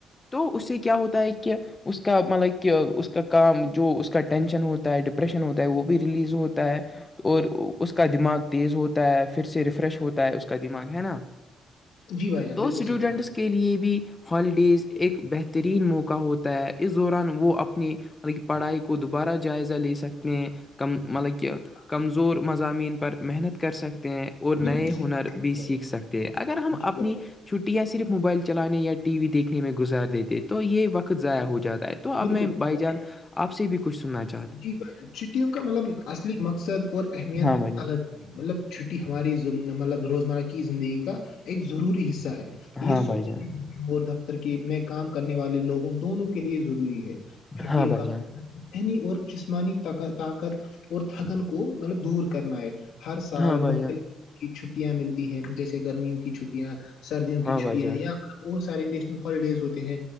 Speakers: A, on the left; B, on the left.
A: تو اس سے کیا ہوتا ہے کہ اس کا مطلب کہ کا کام جو اس کا ٹینشن ہوتا ہے ڈپریشن ہوتا ہے وہ بھی ریلیز ہوتا ہے اور اس کا دماغ تیز ہوتا ہے پھر سے ریفریش ہوتا ہے اس کا دماغ ہے نا
B: جی بھائی جان
A: تو
B: بالکل
A: اسٹوڈنٹس
B: صحیح کہا آپ
A: کے کے لیے بھی ہالیڈیز ایک بہترین موقع ہوتا ہے اس دوران وہ اپنی بہ پڑھائی کو دوبارہ جائزہ لے سکتے ہیں کم مطلب کہ کمزور
B: نے
A: مضامین پر محنت کر سکتے ہیں اور نئے
B: بالکل صحیح
A: ہنر
B: کہا آپ
A: بھی
B: نے بھائی
A: سیکھ سکتے ہیں اگر
B: جان
A: ہم
B: جی
A: اپنی
B: بھائی
A: چھٹیاں صرف موبائل چلانے یا ٹی وی دیکھنے میں گزار دیتے تو یہ وقت
B: جان
A: ضائع
B: بل
A: ہو جاتا ہے تو اب
B: بالکل
A: میں
B: صحیح
A: بائی
B: کہا
A: جانس آپ سے بھی کچھ سننا چاہوں
B: جی ب چھٹیوں کا مطلب اصلی مقصد اور اہمیت
A: ہاں بھائی جان
B: الگ مطلب چھٹی ہماری مطلب روزمرہ کی زندگی کا ایک ضروری حصہ ہے یہ
A: ہاں
B: سکول
A: بھائی جان
B: مشہور دفتر کی میں کام کرنے والے لوگوں دونوں کے لیے ضروری ہے چھٹیوں
A: ہاں بھائی
B: کا
A: جان
B: مھنی اور جسمانی طاقت اور تھکن کو مطلب دور کرنا ہے ہر سال
A: ہاں بھائی
B: مختلف
A: جان
B: کی چھٹیاں ملتی ہیں جیسے گرمیوں کی چھٹیاں سردیوں کی
A: ہاں
B: چھٹیاں
A: بھائی جان
B: یا بہت سارے نیشنل ہالیڈیز ہوتے ہیں